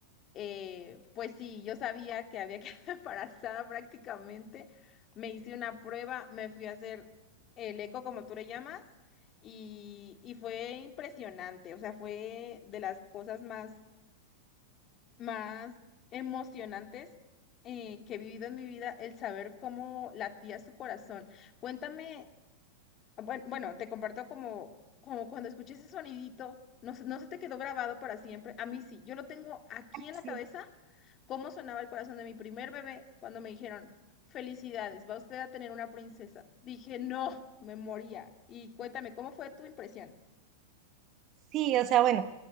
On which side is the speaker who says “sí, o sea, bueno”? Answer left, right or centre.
Right